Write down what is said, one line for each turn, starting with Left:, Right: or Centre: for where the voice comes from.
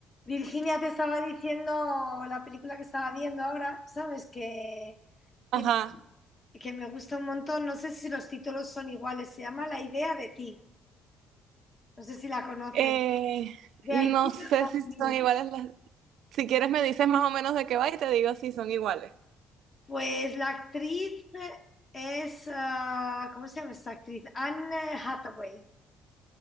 Left: Virginia te estaba diciendo la película que estaba viendo ahora, ¿sabes? Que, que,
Right: Ajá.
Left: que me gusta un montón. No sé si los títulos son iguales. Se llama La idea de ti. No sé si la conoces.
Right: Eh,
Left: The
Right: no
Left: Idea
Right: sé
Left: of
Right: si son
Left: You.
Right: iguales las... Si quieres me dices más o menos de qué va y te digo si son iguales.
Left: Pues la actriz es, ah, ¿cómo se llama esta actriz? Anne Hathaway.